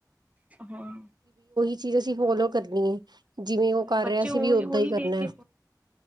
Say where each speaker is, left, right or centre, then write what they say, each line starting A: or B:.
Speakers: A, on the right; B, on the right.
A: ਹਾਂ
B: ਜੀ ਤੁਸੀਂ ਫੋਲੋ ਕਰਨੀ ਹੈ ਜਿਵੇਂ ਉਹ ਕਰ
A: ਬੱਚੇ
B: ਰਿਹਾ
A: ਉਹੀ
B: ਸੀ ਵੀ ਓਦਾਂ
A: ਉਹੀ
B: ਹੀ ਕਰਨਾ
A: ਵੇਖ ਕੇ
B: ਹੈ